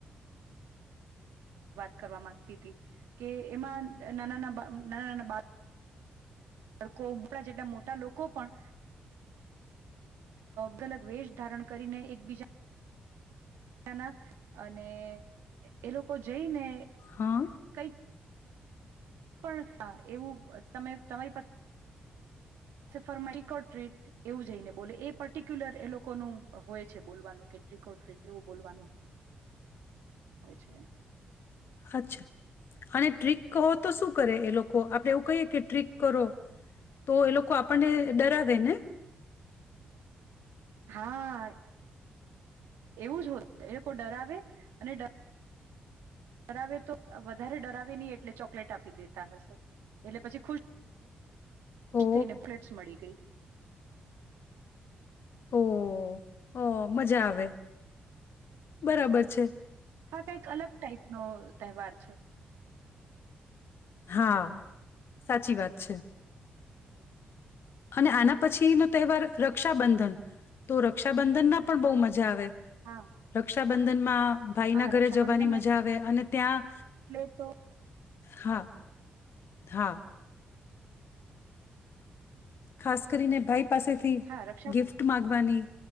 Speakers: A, on the right; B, on the left.
A: વાત કરવા મામાંગતી હતી કે એમાં નાનાના નાના નાના બાળ ડકો ઉપળ જેટલા મોટા લોકો પણ ગલગ વેશ ધારણ કરીને એકબીજાના અને એ લોકો જઈને
B: હા
A: કઈ પણ એવું તમે તમારી પાસે ફ ટટ એવું જઈને બોલે એ પર્ટિક્યુલર એ લોકોનું હોય છે બોલવાનું કે ટ્રિકોર્ડ ટ્રીટ એવું બોલવાનું હોય છે
B: અચ્છા અને ટ્રીિક હોો તો શું કરે એ લોકો આપડે એવું કહીએ કે ટ્રીિક કરો તો એ લોકો આપણને ડરાવે ને
A: હા એવું જ હોત એ લોકો ડરાવે અને ડરાવે તો વધારે ડરાવે નહીિ એટલે ચોકલેટ આપી દેતા હશે એટલે પછી ખુશ ખુશ
B: ઓ
A: થઈને બુલેટ્સ મળી ગઈ
B: ઓ હ મજા આવે બરાબર છે
A: હા કઈક અલગ ટાઈપનોો તહેવાર છે
B: હા સાચી વાત છે અને આના પછી નો તહેવાર રક્ષાબંધન તો રક્ષાબંધન ના પણ બહુ મજા આવે
A: હા
B: રક્ષાબંધનમાં ભાઈના
A: હા
B: ઘરે
A: રક્ષાબંધન
B: જવાની મજા આવે અને ત્યાં
A: એટલે તો
B: હા હા ખાસ કરીને ભાઈ પાસેથી
A: હા રક્ષાબંધન
B: ગિફ્ટ મામાંગવાની